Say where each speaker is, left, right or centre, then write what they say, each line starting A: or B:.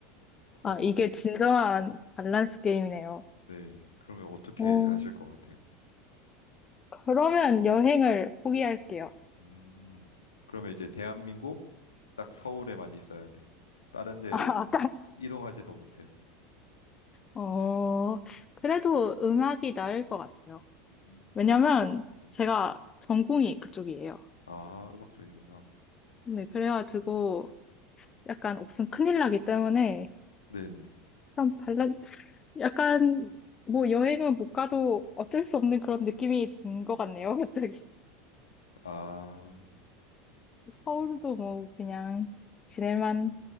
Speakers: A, on the left; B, on the left.
A: 그러면
B: 아, 이게 진정한 밸런스 게임이네요.
A: 네, 그러면 어떻게
B: 어,
A: 하실 것 같아요?
B: 그러면 여행을 포기할게요.
A: 음, 그러면 이제 대한민국 딱 서울에만 있어야 돼. 다른 데
B: 아, 아까,
A: 이동하지도 못해요.
B: 어, 그래도 음악이 나을 것 같아요.
A: 음,
B: 왜냐면
A: 네.
B: 제가 전공이 그쪽이에요.
A: 아, 음악 쪽이구나.
B: 네, 그래가지고 약간 없으면 큰일 나기 때문에
A: 네네.
B: 약간 발라 약간 뭐 여행은 못 가도 어쩔 수 없는 그런 느낌이 든 것 같네요. 갑자기
A: 아,
B: <laughs> 서울도 뭐 그냥 지낼만